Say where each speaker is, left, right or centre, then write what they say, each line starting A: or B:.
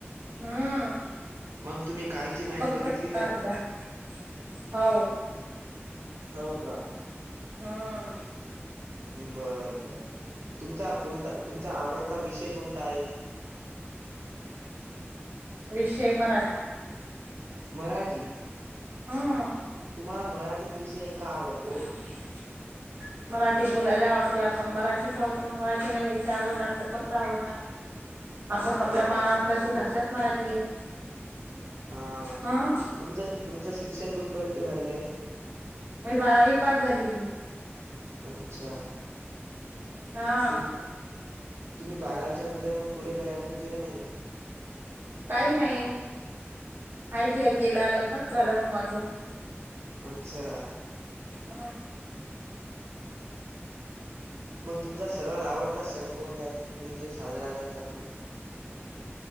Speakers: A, on the right; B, on the right.
A: हम्म.
B: मंग तुम्ही कालची मॅच
A: <unintelligible>
B: बघितली का?
A: हाव.
B: हव का.
A: हा.
B: बर बर तुमचा कोणता. तुमचा आवडता विषय कोणता आहे.
A: विषय मराठी
B: मराठी
A: हम्.
B: तुम्हाला मराठीत विषय का आवडतो.
A: हम् <unintelligible> मराठी बोलायला आवडते. आपण मराठीच आहतो. मग मराठी नाही विषय आवडणार तर कोणत आवडणार. णआपल्या
B: हा
A: महाराष्ट्राची
B: हा बरोबर
A: भाषाच मराठी आहे.
B: हा.
A: हं
B: तुमचं तुमचं शिक्षण कुठपर्यंत झालेलं आहे.
A: बारावी पाच झालेली.
B: अच्छा.
A: हा
B: तु तुम्ही बारावीच्या नंतर मग पुढे काही अजून केलं. नाही का?
A: काही नाही आयटी, आय केला लग्नच झालं. मग माझं.
B: अच्छा.
A: हम.
B: मग तुमचा सर्वात आवडता सण कोणता आहे. तुम्ही जो साजरा करता तो.